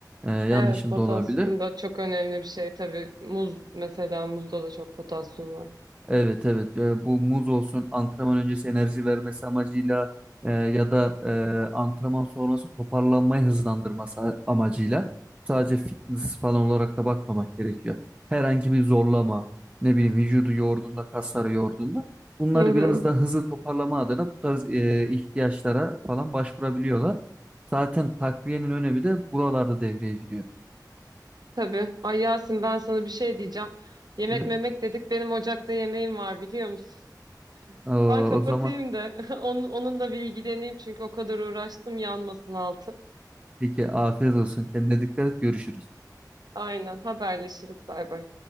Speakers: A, on the right (about 15°); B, on the right (about 65°).
A: E, yanlışım
B: Evet, potasyum
A: da olabilir.
B: da çok önemli bir şey tabii. Muz mesela muzda da çok potasyum var.
A: Evet evet Ee, bu muz olsun antrenman öncesi enerji vermesi amacıyla e, ya da e, antrenman sonrası toparlanmayı hızlandırması a- amacıyla sadece fitness falan olarak da bakmamak gerekiyor. Herhangi bir zorlama ne bileyim vücudu yorduğunda kasları yorduğunda bunları
B: Hı hı,
A: biraz da hızlı toparlama adına bu tarz e, ihtiyaçlara falan başvurabiliyorlar. Zaten takviyenin önemi de buralarda devreye giriyor.
B: tabii. Ay Yasin ben sana bir şey diyeceğim. Yemek
A: Evet
B: memek dedik. Benim ocakta yemeğim var biliyor musun?
A: Ee, o
B: Ben kapatayım
A: zaman
B: da <laughs> onun, onunla bir ilgileneyim çünkü o kadar uğraştım yanmasın altı.
A: peki afiyet olsun kendine dikkat et görüşürüz.
B: Aynen haberleşiriz. Bay bay.